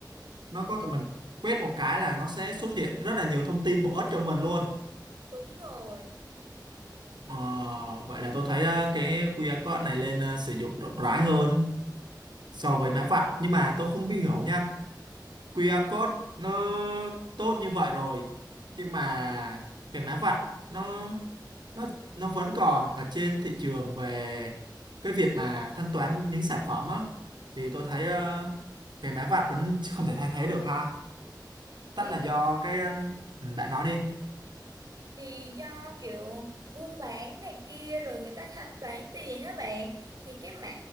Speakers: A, on the right (about 75°); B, on the right (about 50°).
A: nó có thể mình quét một cái là nó sẽ xuất hiện rất là nhiều thông tin bổ ích cho mình luôn
B: Đúng rồi.
A: Ờ, vậy là tôi thấy ờ, cái QR code này lên ờ, sử dụng rộng rãi hơn so với mã vạch nhưng mà tôi không hiểu nha QR code nó tốt như vậy rồi nhưng mà cái mã vạch nó nó nó vẫn còn ở trên thị trường về cái việc mà thanh toán những sản phẩm á thì tôi thấy ờ, cái mã vạch vẫn không thể thay thế được ha tất
B: Thì
A: là do cái ờ, ừ, bạn nói đi
B: thì do kiểu buôn bán này kia rồi người ta thanh toán tiền á bạn thì cái mã